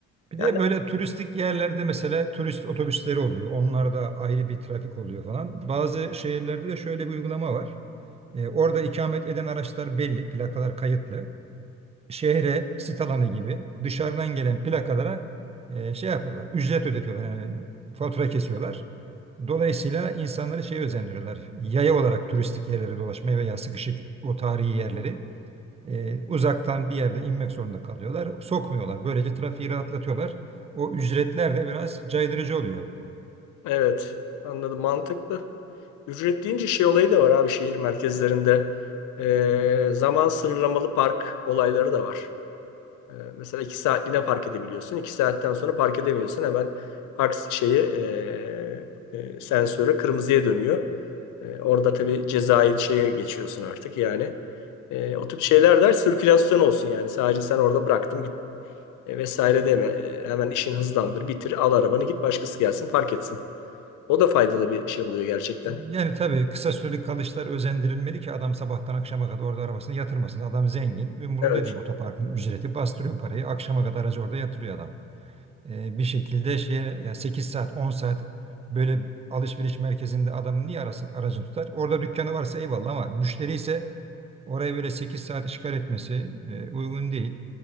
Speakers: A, on the right; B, on the left.
A: Bir
B: Yani
A: de böyle turistik yerlerde mesela turist otobüsleri oluyor. Onlarda ayrı bir trafik oluyor falan. Bazı şehirlerde de şöyle bir uygulama var. Ee, orada ikamet eden araçlar belli, plakalar kayıtlı. şehre, sit alanı gibi dışarıdan gelen plakalara e, şey yapıyorlar. Ücret ödetiyorlar. Yani fatura kesiyorlar. Dolayısıyla insanları şey özendiriyorlar. Yaya olarak turistik yerlere dolaşmaya veya sıkışık o tarihi yerleri e, uzaktan bir yerde inmek zorunda kalıyorlar. Sokmuyorlar. Böylece trafiği rahatlatıyorlar. O ücretler de biraz caydırıcı oluyor.
B: Evet, anladım mantıklı. Ücret deyince şey olayı da var abi şehir merkezlerinde. Ee, zaman sınırlamalı park olayları da var. Ee, mesela iki saatliğine park edebiliyorsun. İki saatten sonra park edemiyorsun. Hemen park şeyi ee, e, sensörü kırmızıya dönüyor. Ee, orada tabii cezai şeye geçiyorsun artık yani. Ee, o tip şeyler der sirkülasyon olsun yani. Sadece sen orada bıraktım git e, vesaire deme. E, hemen işin hızlandır, bitir, al arabanı git başkası gelsin park etsin. O da faydalı bir şey oluyor gerçekten.
A: Yani tabii kısa süreli kalışlar özendirilmeli ki adam sabahtan akşama kadar orada arabasını yatırmasın. Adam zengin, umurunda
B: Evet.
A: değil otoparkın ücreti. Bastırıyor parayı, akşama kadar aracı orada yatırıyor adam. e, bir şekilde şeye ya 8 saat 10 saat böyle alışveriş merkezinde adamın niye arasın, aracını tutar? Orada dükkanı varsa eyvallah ama müşteri ise oraya böyle 8 saat işgal etmesi e, uygun değil.